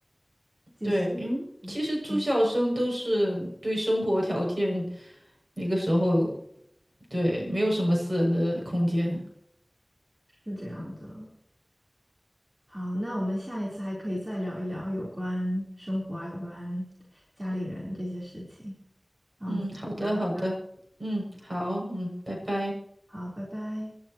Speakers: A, on the right; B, on the right.
A: 寄宿。
B: 对，因为其实住校生都是对生活条件。
A: 嗯，嗯
B: 那个时候对，没有什么私人的空间。
A: 是这样的。好，那我们下一次还可以再聊一聊有关生活啊，有关家里人这些事情。那我们今天聊到这儿，
B: 嗯，好的，好的，嗯，好，嗯，拜拜。
A: 好，拜拜。